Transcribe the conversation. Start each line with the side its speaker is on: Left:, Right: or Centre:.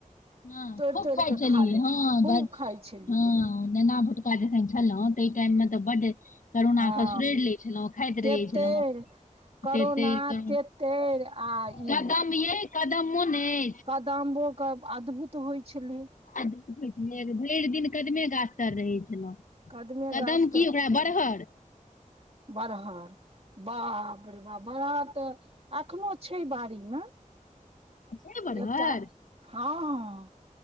Left: हँ
Right: तोड़ि
Left: खूब
Right: तोड़ि
Left: खाइ
Right: कऽ
Left: छलीयै
Right: खा ले
Left: हँ
Right: खूब
Left: ब
Right: खाइ छलियै
Left: हँ नेना भुटका जखन छलहुं ताहि टाइम मे तऽ बड करोना
Right: हँ
Left: क सुरैड़ि लै छलहुँ खाइत
Right: तेतैर
Left: रहै छलहुँ। <unintelligible>
Right: करोना तेतैर आ ई
Left: कदम यै कदम मौन यै?
Right: कादाम्बो के अद्भुत होइ छलै।
Left: अद्भुत होइ छलै भरि दिन कदमे गाछ तर रहै छलहु
Right: कदमे गाछ
Left: कदम की ओकरा बरहर
Right: बरहर बाप रे बाप बड़हर तऽ एखनो छैय बाड़ी मे।
Left: छै बड़हर
Right: एकटा हँ ह